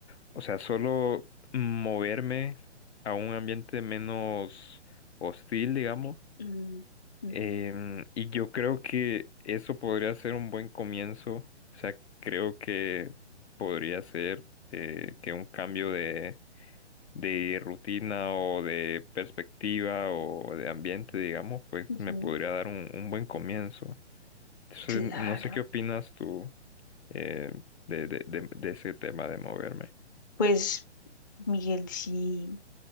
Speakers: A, on the left (about 65°); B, on the left (about 15°).
A: o sea, solo moverme a un ambiente menos hostil, digamos.
B: Mm. ujú.
A: Em, y yo creo que eso podría ser un buen comienzo. O sea, creo que podría ser eh, que un cambio de, de rutina o de perspectiva o de ambiente, digamos, pues
B: Ujú.
A: me podría dar un, un buen comienzo. Entonces,
B: Claro.
A: no sé qué opinas tú eh, de, de, de, de ese tema de moverme.
B: Pues, Miguel, sí,